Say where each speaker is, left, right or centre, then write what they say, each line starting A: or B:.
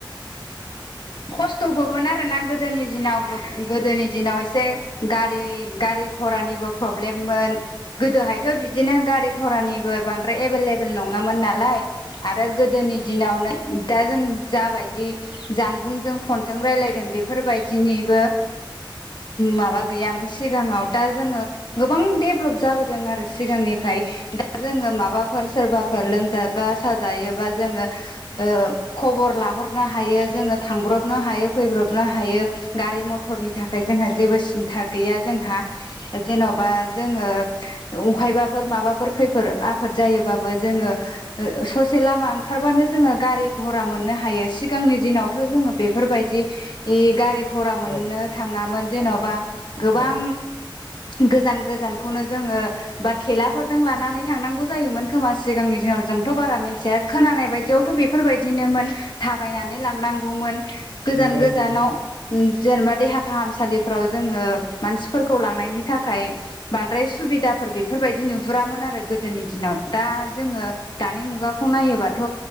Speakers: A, on the left (about 80°); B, on the left (about 60°).
A: <inaudible>
B: खस्थ'बोमोन आरोना गोदोनि दिनाव गोदोनि दिनाव एसे गारि-गारि घरानिबो प्रब्लेममोन गोदोहायथ' बिदिनो गारि घरानि बो बांद्राय एभेलेबल नङामोन नालाय आरो गोदोनि दिनावनो दा जों जाबाय दि जानबुंजों फनजों रायलायदों बेफोरबायदिनिबो माबा गैयामोन सिगाङाव दा जोङो गोबां देभलप जाबोदों आरो सिगांनिफ्राय दा जोङो माबाफोर सोरबाफोर लोमजाबा साजायोबा जोङो ओ खबर ला लारनो हायो जो थांब्रबनो हायो फैब्रबनो हायो गारि मथरनि थाखाय जोंहा जेबो सिनथा गैया जोंहा जेन'बा जोङो अहायबाफोर माबाफोरै खै फोर आफाद जायोबाबो जोङो ओ ससे लामा ओंखारबानो जोङो गारि घरा मोननो हाय यो सिगांनि दिनावथ' जोङो बेफोरबायदि इ गारि गरा मोननो
A: औ
B: थाङामोन जेन'बा गोबां
A: औ
B: गोजान गोजानखौनो जोङो बा थेलाफोरजों लानानै थांनांगौ जायोमोन खोमा सिगांनि दिनाव जोंथ' बारा मोनथिया खोनानाय बायदियावथ' बेफोरबायदिनोमोन। थाबायनानै लांनांगौमोन गोजान
A: नंगौ
B: गोजानाव उम जेनेबा देहा फाहामसालिफोराव जोङो मानसिफोरखौ लांनायनि थाखाय बांद्राय सु सुबिदाफोर बेफोरबायदि नुहुरामोन आरो गोद दोनि दिनाव दा जोङो दानि मुगाखौ नायोबाथ'